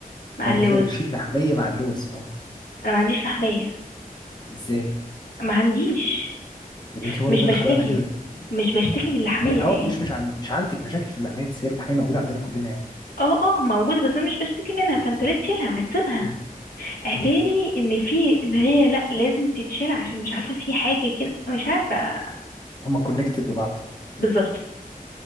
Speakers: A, on the left; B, on the left.
A: مع
B: من-
A: اللوز
B: هي بتشيل لحمية مع اللوز اه
A: انا ما عنديش لحمية
B: ازاي
A: ما عنديش
B: يا بنتي هو
A: مش
B: ربنا
A: بشتكي
B: خلقنا كده
A: مش بشتكي من اللحمية
B: م- اه
A: يعني
B: مش مش عند مش عندك مشاكل في اللحمية بس هي اللحمية موجودة عندنا كلنا يعني
A: اه اه موجودة بس أنا مش بشتكي منها فانت ليه تشيلها ما تسيبها
B: مم.
A: اتاري
B: مم.
A: ان في ان هي لا لازم تتشيل عشان مش عارفة في حاجة كده مش عارفة
B: هما كونكتد ببعض
A: بالظبط